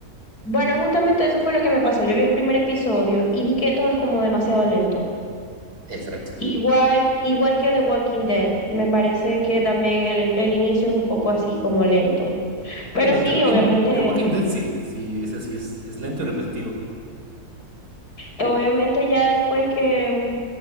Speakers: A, on the left; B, on the right.
A: Bueno, justamente eso fue lo que me pasó. Yo vi el primer episodio y vi que todo es como demasiado lento.
B: Exacto.
A: Igual, igual que The Walking Dead, me parece que también el, el inicio es un poco así, como lento. Pero
B: Bueno,
A: sí,
B: The Walking,
A: obviamente,
B: The Walking Dead sí, sí, ese sí es, es lento y repetitivo.
A: obviamente ya después que,